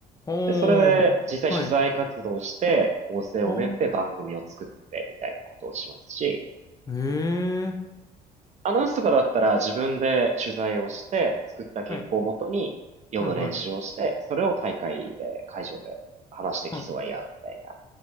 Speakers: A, on the left (about 20°); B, on the right (about 45°).
A: おー、
B: で、それで実際取材活動して、
A: はい。
B: 構成を練って番組を作ってみたいなことをしますし、
A: おー、えー、
B: アナウンスとかだったら自分で取材をして、作った原稿をもとに読む練習をして、
A: はい、はい、はい、
B: それを大会で、会場で話して競い合うみたいな
A: はい、